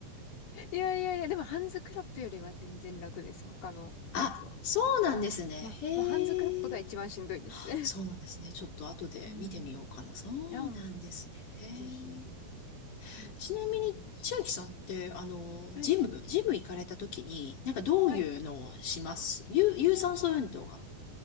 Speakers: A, on the left; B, on the left.
A: やいやいや、でもハンズクラップよりは全然楽です、他のやつは。
B: あ、そうなんですね。
A: まあ、
B: へえ。
A: まあ、ハンズクラップが一番しんどいです。
B: そうなんですね。ちょっと後で見てみようかな。
A: <laughs> うん。
B: そうなんですね。
A: ああ、
B: へえ。
A: ぜひぜひ。そうです、
B: ちなみに、
A: そうです。
B: 千秋さんって、あの、
A: はい。
B: ジム、ジム行かれた時に、なんかどういうのをします有、
A: はい。
B: 有酸素運動が